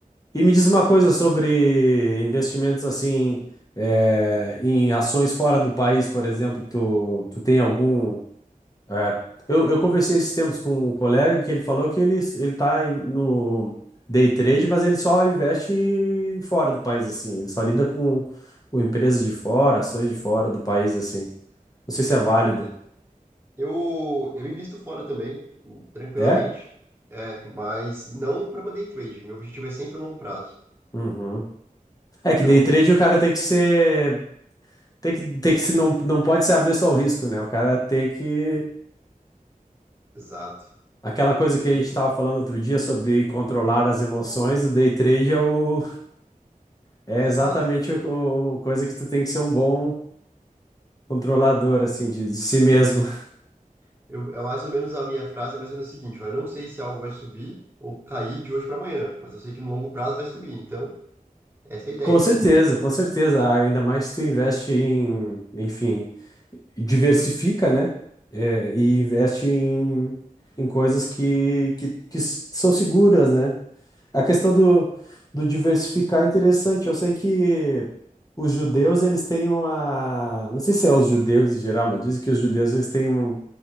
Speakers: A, on the left; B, on the right.
A: E me diz uma coisa sobre investimentos assim, é, em ações fora do país, por exemplo, tu, tu tem algum. é, eu, eu conversei esses tempos com um colega que ele falou que ele, ele tá em- no day trade, mas ele só investe fora do país, assim, ele só lida com, com empresas de fora, ações de fora do país, assim. Não sei se é válido.
B: E Eu, eu invisto fora também, tranquilamente,
A: É?
B: é, mas não para day trade. Meu objetivo é sempre a longo prazo.
A: Uhum. É
B: Então,
A: que day trade o cara tem que ser. Tem que, tem que se não, não pode ser avesso ao risco, né? O cara tem que.
B: exato.
A: Aquela coisa que
B: A
A: a
B: mi-
A: gente estava falando outro dia sobre controlar as emoções, o day trade é, o, é
B: Exato,
A: exatamente o, o- coisa que tu tem que ser um bom controlador, assim, de, de si mesmo.
B: isso. Eu, é mais ou menos a minha frase, mas é o seguinte, ó, eu não sei se algo vai subir ou cair de hoje para amanhã, mas eu sei que no longo prazo vai subir. Então, essa é a ideia,
A: Com
B: entendeu?
A: certeza, com certeza. Ah, Ainda mais se tu investe em, enfim, diversifica, né? É, e investe em, em coisas que, que, que s- são seguras, né? A questão do, do diversificar é interessante. Eu sei que os judeus, eles têm uma... Não sei se é os judeus em geral, mas dizem que os judeus, eles têm um-